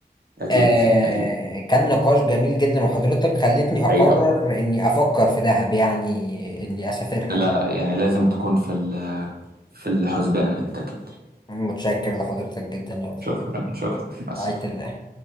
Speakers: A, on the right (about 65°); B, on the left (about 25°).
A: أكيد
B: آه
A: أكيد
B: كان نقاش جميل جدا وحضرتك خلتني اقرر
A: أيوه
B: اني افكر في دهب يعني اني اسافرها
A: لا
B: بقى
A: لا يعني لازم تكون في ال- في الحسبان التأكيد
B: متشكر لحضرتك جدا يلا
A: شكرا شكرا مع السلامة
B: رعاية الله